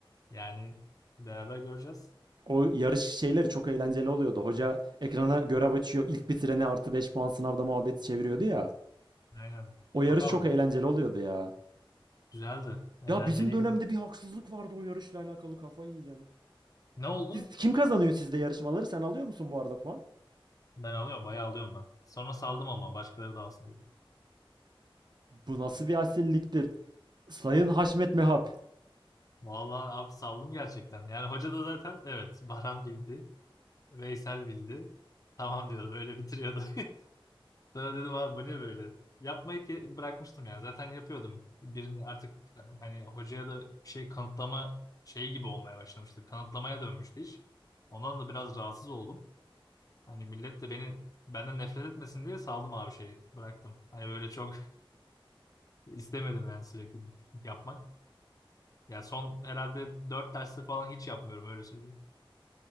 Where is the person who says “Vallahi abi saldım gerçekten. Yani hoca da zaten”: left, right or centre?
Left